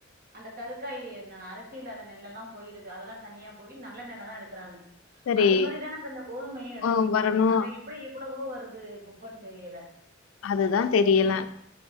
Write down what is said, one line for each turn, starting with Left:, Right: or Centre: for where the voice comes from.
Right: அந்த கருக்காயி நெ அரிசியில்லாத நெல்லு எல்லா போயிடுது அதெல்லா தனியா போய் நல்ல நெல்லதா எடுக்கறாங்க
Left: சரி
Right: அது மாரிதானே இப்ப இந்த கோதுமையு எடுத்திருப்பாங்க
Left: ஆ வரணு
Right: அதை இப்டியே எவ்ளவோ வருது குப்பன் தெரியல
Left: அதுதா தெரியல